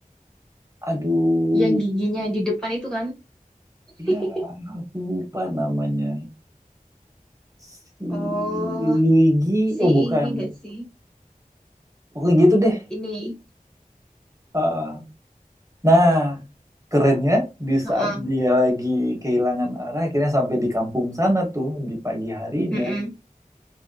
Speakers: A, on the right; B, in the centre.
A: aduh,
B: Yang giginya di depan itu kan? <laughs>
A: ya aku lupa namanya. Si
B: Oh,
A: Luigi,
B: si
A: oh bukan,
B: ini gak sih?
A: pokoknya gitu deh.
B: Ini,
A: Heeh. Nah, kerennya di
B: heeh,
A: saat dia lagi kehilangan arah, akhirnya sampai di kampung sana tuh di pagi harinya.
B: heeh.